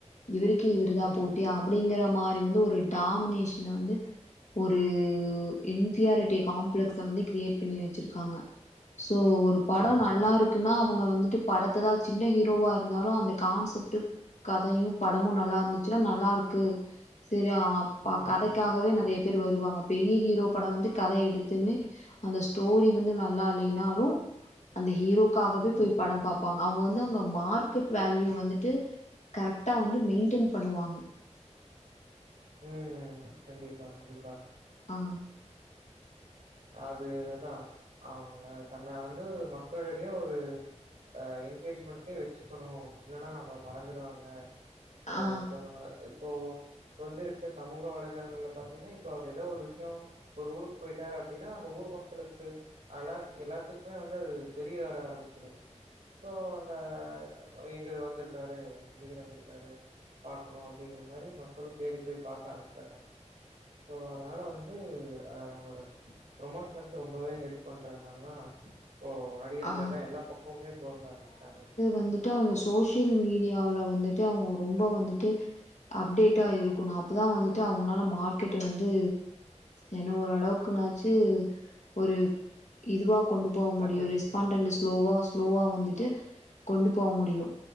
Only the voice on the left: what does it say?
இவருக்கு இவரு தா
போட்டி ஆம் அப்டிங்குற மாரி வந்து ஒரு டாமினேஷன வந்து ஒரு இன்பிரியாரிட்டி காம்ப்ளக்ஸ்ஸ வந்து கிரியேட் பண்ணி வச்சிருக்காங்க சோ ஒரு படோ
நல்லாருக்கு னா அவுங்க வந்துட்டு படத்ததா சின்ன ஹீரோவா இருந்தாலு அந்த கான்செப்ட்டு கதையு படமு நல்லா இருந்துச்சுன்னா நல்லா இருக்கு செரியா பா
கதைக் க்காகவே நெறைய பேர் வருவாங்க பெரிய ஹீரோ படோ வந்து கதைய எடுத்துமே அந்த ஸ்டோரி வந்து நல்லா இல்லைனாலு அந்த ஹீரோக்காகவே
போய் படம் பாப் பாங்க அவுங்க வந்துங்க மார்கெட் வேல்யூவ வந்துட்டு கரெட்டா வந்து மெயின்ட்டன் பண்ணுவாங்க
ஆ
ஆ
ஆ
வந்துட்டு அவங்க சோசியல் மீடியாவுல வந்துட்டு அவுங்க ரொம்ப வந்துட்டு அப்டேட்டா இருக்கனு அப் அப்பதா வந்துட்டு அவுங்களால மார்க்கெட்ட வந்து ஏன்னா ஒரு அளவுக்குனாச்சு ஒரு இதுவா கொண்டு போக
முடியு
ரெஸ்ட்
ன்டு ஸ்லோவா ஸ்லோவா வந்துட்டு கொண்டு போக முடியும்